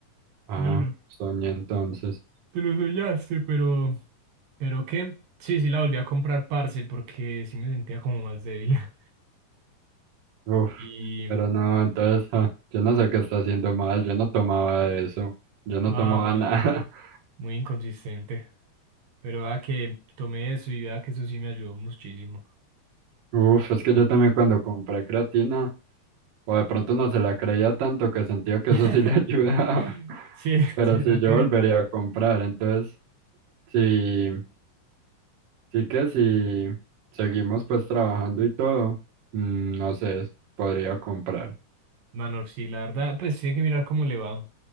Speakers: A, on the right; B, on the right.
A: Ah,
B: no, no.
A: soñé entonces.
B: Te lo soñaste, pero... ¿Pero qué? Sí, sí, la volví a comprar, parce, porque sí me sentía como más débil. <laughs>
A: Uf,
B: Y,
A: pero no, entonces, ah, yo no sé qué está haciendo mal, yo no tomaba eso, yo
B: ah,
A: no tomaba
B: mano,
A: nada. <laughs>
B: muy inconsistente. Pero vea que tomé eso y vea que eso sí me ayudó muchísimo.
A: Uf, es que yo también cuando compré creatina, o de pronto no se la creía tanto que sentía que
B: <laughs>
A: eso sí le <laughs> ayudaba.
B: Sí,
A: Pero
B: será
A: sí, yo
B: que,
A: volvería a comprar, entonces, sí, sí que si seguimos pues trabajando y todo, mm, no sé, podría comprar.
B: mano, sí, la verdad, pues tiene que mirar cómo le va.